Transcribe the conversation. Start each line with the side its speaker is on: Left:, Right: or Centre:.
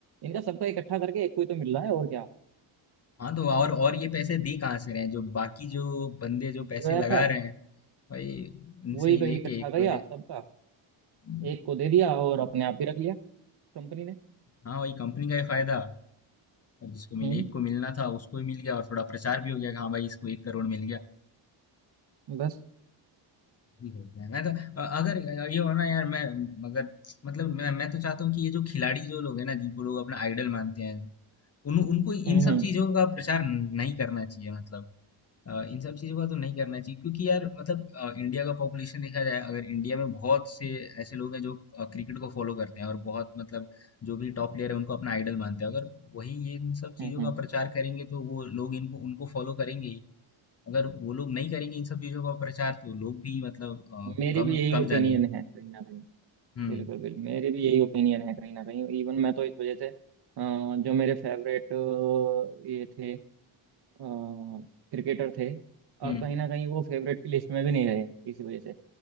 Right: इनका सबका इकट्ठा करके एक को ही तो मिल रहा है और क्या
Left: हाँ तो और और ये पैसे दे कहाँ से रहे हैं जो बाकी जो बंदे जो पैसे
Right: जो
Left: लगा
Right: ऐप है
Left: रहे हैं भाई उनसे
Right: वही
Left: ही
Right: कहीं
Left: लेके
Right: इकट्ठा
Left: एक को
Right: किया
Left: दे
Right: सबका
Left: हम्म,
Right: एक को दे दिया और अपने आप ही रख लिया कंपनी ने
Left: हाँ वही कंपनी का ही फायदा और जिसको मिले
Right: हम्म
Left: एक को मिलना था उसको ही मिल गया और थोड़ा प्रचार भी हो गया कि हाँ भाई इसको एक करोड़ मिल गया
Right: बस
Left: ये होता है मैं तो अ- अगर ये हो ना यार मैं मगर मतलब मैं, मैं तो चाहता हूँ कि ये जो खिलाड़ी जो लोग हैं ना जिनको लोग अपना आइडल मानते हैं उन उनको
Right: हम्म
Left: इन सब
Right: हम्म
Left: चीजों का प्रचार नहीं करना चाहिए मतलब अ, इन सब चीजों का तो नहीं करना चाहिए क्योंकि यार मतलब अ, इंडिया का पॉपुलेशन देखा जाए अगर इंडिया में बहुत से ऐसे लोग हैं जो अ, क्रिकेट को फॉलो करते हैं और बहुत मतलब जो भी टॉप प्लेयर है उनको अपना आइडल मानते हैं अगर वही ये इन सब
Right: हम्म
Left: चीजों का
Right: हम्म
Left: प्रचार करेंगे तो वो लोग इनको उनको फॉलो करेंगे ही अगर वो लोग नहीं करेंगे इन सब चीजों का प्रचार तो लोग भी मतलब अ,
Right: मेरी
Left: कम
Right: भी यही
Left: कम
Right: ओपिनियन
Left: जाने
Right: है कहीं ना कहीं
Left: हम्म
Right: बिल्कुल बिल्कुल मेरी भी यही ओपिनियन है कहीं ना कहीं इवन मैं तो इस वजह से अ, जो मेरे फेवरेट ये थे क्रिकेटर थे
Left: हम्म
Right: अब कहीं ना कहीं वो फेवरेट की लिस्ट में भी नहीं रहे इसी वजह से